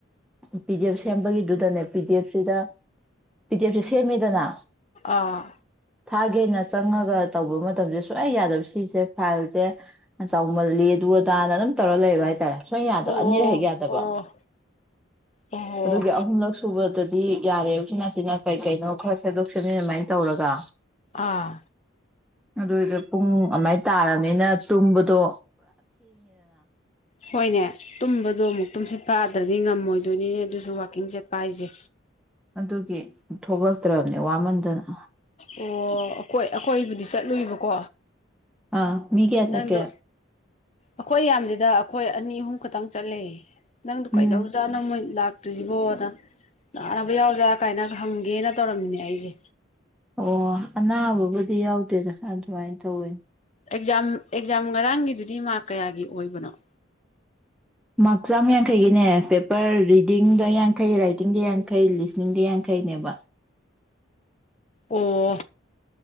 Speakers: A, in the centre; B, on the left.
A: ꯄꯤ ꯗꯤ ꯑꯦꯐ ꯁꯦꯝꯕꯒꯤꯗꯨꯗꯅꯦ ꯄꯤ ꯗꯤ ꯑꯦꯐꯁꯤꯗ ꯄꯤ ꯗꯤ ꯑꯦꯐꯁꯤ ꯁꯦꯝꯃꯤꯗꯅ
B: ꯑꯥ
A: ꯊꯥꯒꯦꯅ ꯆꯪꯉꯒ ꯇꯧꯕ ꯃꯇꯝꯁꯦ ꯁꯨꯡꯛꯌꯥ ꯌꯥꯗꯕ ꯁꯤꯁꯦ ꯐꯥꯏꯜꯁꯦ ꯆꯥꯎꯃꯜꯂꯤ ꯑꯗꯨ ꯑꯗꯥ ꯑꯗꯨꯝ ꯇꯧꯔ ꯂꯩꯕ ꯍꯥꯏꯇꯥꯔꯦ ꯁꯣꯏ ꯌꯥꯗꯕ
B: ꯑꯣ
A: ꯑꯅꯤꯔꯛ ꯍꯦꯛ ꯌꯥꯗꯕ
B: ꯑꯣ ꯑꯣ ꯑꯣ
A: ꯑꯗꯨꯒꯤ ꯑꯍꯨꯝꯂꯛ ꯁꯨꯕꯗꯗꯤ ꯗꯤ ꯌꯥꯔꯦ ꯍꯧ ꯁꯤꯅ ꯅꯥꯁꯤꯅ ꯀꯩ ꯀꯩꯅꯣ ꯈꯔ ꯁꯦꯝꯗꯣꯛ ꯁꯦꯝꯖꯤ ꯑꯗꯨꯃꯥꯏꯅ ꯇꯧꯔꯒ
B: ꯑꯥ
A: ꯑꯗꯨꯗ ꯄꯨꯡ ꯑꯃꯥꯏꯅ ꯇꯥꯔꯕꯅꯤꯅ ꯇꯨꯝꯕ ꯗꯣ
B: ꯍꯣꯏꯅꯦ ꯇꯨꯝꯕꯗꯣ ꯑꯃꯨꯛ ꯇꯨꯝꯁꯤ ꯄꯥꯗ꯭ꯔꯗꯤ ꯉꯝꯃꯣꯏꯗꯣꯏꯅꯤꯅꯦ ꯑꯗꯨꯁꯨ ꯋꯥꯛꯀꯤꯡ ꯆꯠꯄ ꯍꯥꯏꯁꯦ
A: ꯑꯗꯨꯒꯤ ꯊꯣꯛꯂꯛꯇ꯭ꯔꯕꯅꯦ ꯋꯥꯃꯟꯗꯅ
B: ꯑꯣ ꯑꯈꯣꯏ ꯑꯩꯈꯣꯏꯕꯨꯗꯤ ꯆꯠꯂꯨꯏꯕꯀꯣ
A: ꯑ ꯃꯤꯀꯌꯥ ꯆꯠꯀꯦ
B: ꯅꯪꯗꯣ ꯑꯩꯈꯣꯏ ꯌꯥꯝꯁꯤꯗ ꯑꯩꯈꯣꯏ ꯑꯅꯤ ꯑꯍꯨꯝ ꯈꯛꯇꯪ ꯆꯠꯂꯦ ꯅꯪꯗꯣ
A: ꯎꯝ
B: ꯀꯩꯗꯧꯔ꯭ꯖꯠꯅꯣ ꯃꯣꯏ ꯂꯥꯛ ꯇꯔꯤꯁꯤꯕꯣꯗꯅ ꯀꯥꯟꯅꯕ ꯌꯥꯎꯗ꯭ꯔꯥ ꯀꯥꯏꯅ ꯍꯪꯒꯦꯅ ꯇꯧꯔꯝꯃꯤꯅꯦ ꯑꯩꯁꯦ
A: ꯑꯣ ꯑꯅꯥꯕꯕꯨꯗꯤ ꯌꯥꯎꯗꯦꯗ ꯑꯗꯨꯃꯥꯏꯅ ꯇꯧꯋꯦꯅꯦ
B: ꯑꯦꯛꯖꯥꯝ ꯑꯦꯛꯖꯥꯝ ꯉꯔꯥꯡꯒꯤꯗꯨꯗꯤ ꯃꯥꯛ ꯀꯌꯥꯒꯤ ꯑꯣꯏꯕꯅ‌ꯣ
A: ꯃꯥꯔꯛ ꯆꯥꯝꯃ ꯌꯥꯡꯈꯩꯒꯤꯅꯦ ꯄꯦꯄꯔ ꯔꯤꯗꯤꯡꯗ ꯌꯥꯡꯈꯩ ꯔꯥꯏꯇꯤꯡꯗ ꯌꯥꯡꯈꯩ ꯂꯤꯁꯅꯤꯡꯗ ꯌꯥꯡꯈꯩꯅꯦꯕ
B: ꯑꯣ